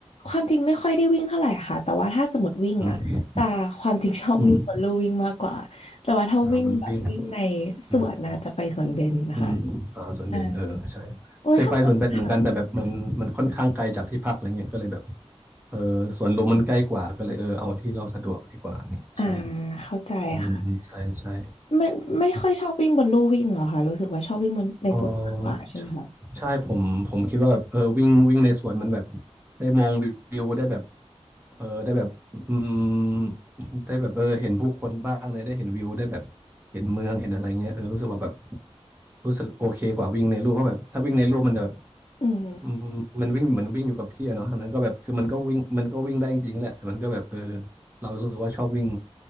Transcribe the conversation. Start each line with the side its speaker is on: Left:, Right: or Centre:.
Left: ความจริงไม่ค่อยได้วิ่งเท่าไหร่ค่ะแต่ว่าถ้าสมมติวิ่งอ่ะแต่ความจริงชอบวิ่งบนลู่วิ่งมากกว่าแต่ว่าถ้าวิ่งแบบวิ่งใน
Right: อืมอืมอ่าบนลู่วิ่งอืม
Left: สวนนะจะไปสวนเบญนะคะ
Right: อืมอ่าสวนเบญเออใช่
Left: ใช่โอ้ยทำไมคะ
Right: เคยไปสวนเบญเหมือนกันแต่แบบมันมันค่อนข้างไกลจากที่พักอะไรเงี้ยก็เลยแบบเออสวนลมมันใกล้กว่าก็เลยเออเอาที่เราสะดวกดีกว่าเนี่ยใช่
Left: อ่าเข้าใจค่ะ
Right: อืมอืมใช่ใช่
Left: ไม่ไม่ค่อยชอบวิ่งบนลู่วิ่งเหรอคะรู้สึกว่าชอบวิ่งบนในสวนมากกว่าใช่ไหมคะ
Right: เออใช่ใช่ผมผมคิดว่าแบบเออวิ่งวิ่งในสวนมันแบบได้มองวิวได้แบบเออได้แบบอืมได้แบบเออเห็นผู้คนบ้างเลยได้เห็นวิวได้แบบเห็นเมืองเห็นอะไรเงี้ยเออรู้สึกว่าแบบรู้สึกโอเคกว่าวิ่งในรูปเพราะแบบถ้าวิ่งในรูปมันแบบ
Left: อืม
Right: อืมมันวิ่งเหมือนวิ่งอยู่กับที่อะเนาะอันนั้นก็แบบคือมันก็วิ่งมันก็วิ่งได้จริงๆแหละแต่มันก็แบบเออเรารู้สึกว่าชอบวิ่ง